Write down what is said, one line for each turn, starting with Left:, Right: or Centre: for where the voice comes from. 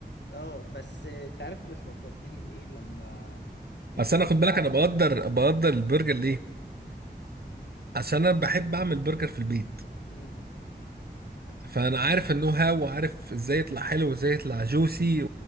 Left: اه بس انت عارف بس فكرتني بايه لما يعني
Right: اصل
Left: انا
Right: انا خد بالك انا بقدر
Left: امم
Right: بقدر البرجر ليه عشان انا بحب اعمل برجر في البيت
Left: امم
Right: فانا عارف النو هاو وعارف ازاي يطلع حلو وازاي يطلع جوسي